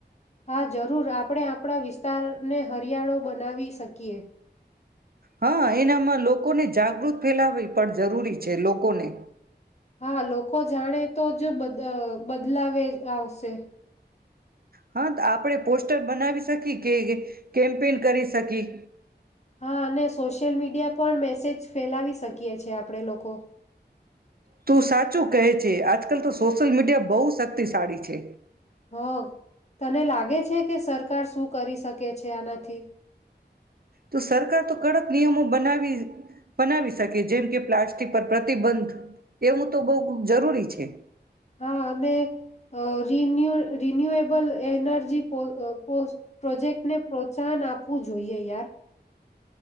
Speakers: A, on the left (about 40°); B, on the right (about 55°).
A: હા જરૂર આપણે આપણા વિસ તારને હરિયાળો બનાવી શકીએ.
B: હા એનામાં લોકોને જાગૃત ફેલાવી પણ જરૂરી છે લોકોને.
A: હા લોકો જાણે તો જ બધ બદલાવે આવશે.
B: હા તો આપણેે પોસ્ટર બનાવી શકી કે એ કેમ્પેન કરી શકી.
A: હા અને સોશિયલ મીડિયા પણ મેસેજ ફેલાવી શકીએ છે આપણે લોકો.
B: તું સાચું કહે છે આ કાલ તો સોશિયલ મીડિયા બહુ શક્તિશાળી છે.
A: હ તને લાગે છ છે કે સરકાર શું કરી શકે છે આનાથી.
B: તો સરકાર તો કડક નિયમો બનાવી બનાવી શકે જેમ કે પ્લાસ્ટિક પર પ્રતિબંધ એવું તો બહુ જરૂરી છે.
A: હા અને અ રિન્યુ રિન્યુએબલ એનર્જી પો અ પો પ્રોજેક્ટને પ્રોત્સાહન આપવું જોઈએ યાર.